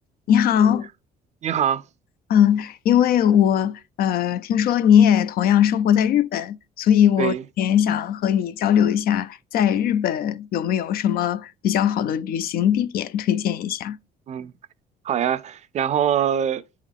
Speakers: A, on the left; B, on the right.
A: 你好，
B: 嗯你好，
A: 嗯，因为我呃听说你也同样生活在日本，所以我也想和你交流一下，
B: 对，
A: 在日本有没有什么比较好的旅行地点推荐一下？
B: 嗯，好呀。然后